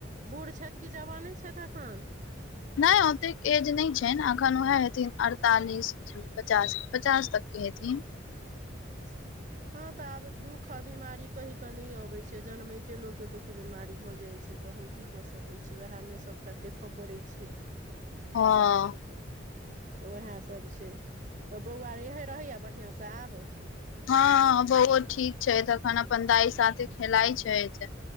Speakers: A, on the right; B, on the left.
A: बूढ़ छथि कि जवान छथि एखन?
B: नहि, ओतेक एज नहि छनि अखन, उएह हेतिन अड़तालीस। पचास पचास तकके हथिन।
A: अच्छा, हँ तऽ आ दु देखू, बीमारी कहि कऽ नहि अबै छै, जन्मैते लोकके दुख बीमारी भऽ जाइत छै, तऽ की? करऽ सकैत छी, उएहामे सभटा देखय पड़ैत छै।
B: हँ, आ।
A: तऽ उएह सभ छै तऽ बौआ, रहै बढ़िआँ सँ आब।
B: हँ, बौआ ठीक छै, तखन अपन दाइके साथे खेलैत छै।